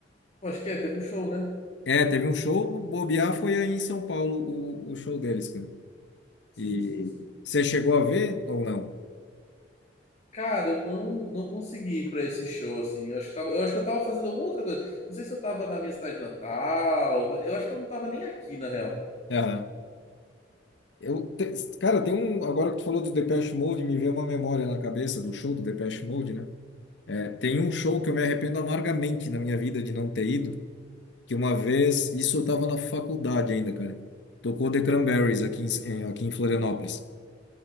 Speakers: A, on the left (about 40°); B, on the left (about 70°).
A: Pô, acho que é, teve um show, né?
B: É, teve um show, bobear foi aí em São Paulo o, o show deles, cara.
A: Sim,
B: E
A: sim, sim.
B: você chegou a ver ou não?
A: Cara, eu não, não consegui ir pra esse show, assim. Eu acho que tava, eu acho que eu tava fazendo alguma outra coisa. Não sei se eu tava na minha cidade natal, mas eu acho que eu não tava nem aqui, na real.
B: Aham. Eu, te- cara, tem um, agora que tu falou do Depeche Mode, me veio uma memória na cabeça do show do Depeche Mode, né? É, tem um show que eu me arrependo amargamente na minha vida de não ter ido, que uma vez, isso eu tava na faculdade ainda, cara. Tocou The Cranberries aqui em, em- aqui em Florianópolis.